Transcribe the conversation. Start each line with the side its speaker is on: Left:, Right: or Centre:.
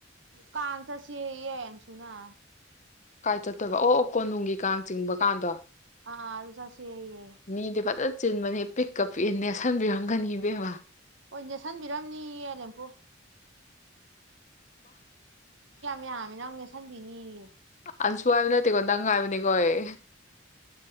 Right: ꯀꯥꯟ ꯆ ꯁꯍꯤꯁꯨꯅꯥ
Left: ꯀꯥꯏ ꯆ ꯇꯧꯕ ꯑꯣ ꯀꯣꯅꯨꯡꯒꯤ ꯀꯥꯡ ꯆꯤꯡꯕ ꯀꯥꯟꯗꯣ
Right: ꯑꯥ ꯑꯥ ꯑꯗꯨ ꯆꯠꯁꯦꯌꯦ
Left: ꯃꯤꯗꯤ ꯐꯖꯅ ꯆꯤꯟꯕꯅꯦ ꯄꯤꯛꯀ ꯄꯤꯅꯦꯁꯟꯕꯤꯔꯝꯒꯅꯤ ꯏꯕꯦꯝꯕ
Right: ꯍꯣꯏ ꯅꯦꯠꯁꯟꯕꯤꯔꯝꯅꯤ ꯑꯂꯦꯝꯦꯝꯄꯨ ꯌꯥꯝꯃꯤ ꯅꯪ ꯅꯦꯠꯁꯟꯕꯤꯅꯤꯌꯦ
Left: ꯑꯟꯁꯨ ꯍꯥꯏꯕ ꯅꯠꯇꯦꯀꯣ ꯅꯪ ꯍꯥꯏꯕꯅꯤ ꯒꯣꯏꯦ